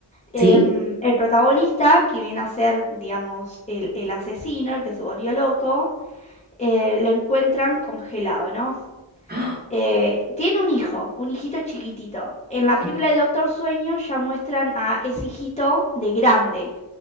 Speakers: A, on the left; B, on the right.
A: em,
B: Sí.
A: el protagonista, que viene a ser, digamos, el, el asesino, el que se volvió loco, eh, lo encuentran congelado, ¿no?
B: ¡Ah!
A: Eh, tiene un hijo, un hijito chiquitito. En la película
B: <gasps>
A: de Doctor Sueño ya muestran a ese hijito de grande,